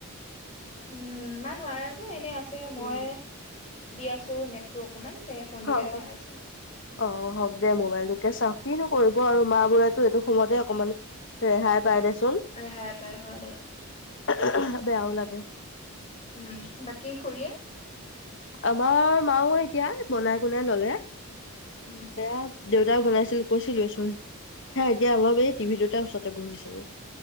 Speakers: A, on the left (about 30°); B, on the left (about 55°).
A: উম, মা নোৱাৰা যে এনে আছ যে মই
B: উম।
A: দি আছো নেটটো অকমান। তাকে ফোনটোকে
B: অ
A: চাই আছে।
B: অ', হওক দে মোবাইল তোকে চাওক, কিনো কৰিব আৰু মা বোৰেতো এইটো সময়তে অকমান ৰেহাই পাই দেচো
A: ৰেহাই পাই, হয় দে।
B: <inaudible> বেয়াও লাগে।
A: উম, বাকী খুৰীয়ে।
B: আমাৰ মাও এতিয়া বনাই কুনাই ল'লে। সেয়া
A: উম
B: দেউতাই বনাইছিল, কৈছিলোয়ে চোন, সেয়া এতিয়া অলপ এই টিভিটোতে ওচৰতে বহিছেগে।